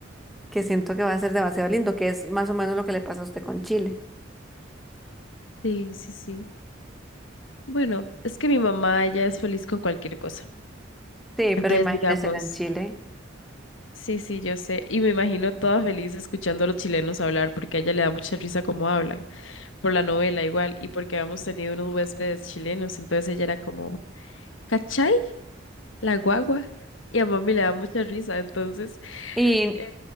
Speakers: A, in the centre; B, on the left (about 75°).
A: que siento que va a ser demasiado lindo, que es más o menos lo que le pasa a usted con Chile.
B: Sí, sí, sí. Bueno, es que mi mamá ya es feliz con cualquier cosa.
A: Sí, pero
B: Entonces,
A: imagínese
B: digamos,
A: en Chile.
B: sí, sí, yo sé. Y me imagino toda feliz escuchando a los chilenos hablar porque a ella le da mucha risa cómo hablan, por la novela igual, y porque habíamos tenido unos huéspedes chilenos. Entonces ella era como, ¿cachai? La guagua. Y a mami le da mucha risa, entonces
A: Y
B: eh,